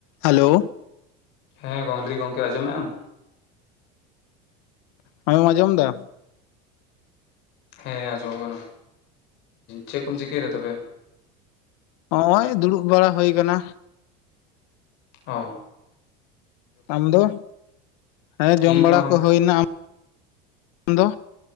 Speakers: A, on the left; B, on the left.
A: Hello
B: ᱦᱮᱸ ᱜᱚᱝᱨᱤ ᱜᱚᱢᱠᱮ ᱟᱸᱡᱚᱢ ᱮᱜᱼᱟᱢ?
A: ᱟᱢᱮᱢ ᱟᱸᱡᱚᱢ ᱫᱟ?
B: ᱦᱮᱸ ᱟᱸᱡᱚᱢᱚᱜ ᱠᱟᱱᱟ᱾ ᱪᱮᱫ ᱠᱚᱢ ᱪᱤᱠᱟᱹᱭᱮᱫᱟ ᱛᱚᱵᱮ?
A: ᱦᱚᱜᱼᱚᱭ ᱫᱩᱲᱩᱵ ᱵᱟᱲᱟ ᱦᱩᱭ ᱟᱠᱟᱱᱟ᱾
B: ᱦᱚᱸ
A: ᱟᱢᱫᱚ? ᱦᱮᱸ ᱡᱚᱢ
B: ᱤᱧᱦᱚᱸ
A: ᱵᱟᱲᱟ ᱠᱚ ᱦᱩᱭᱱᱟ ᱟᱢ ᱫᱚ?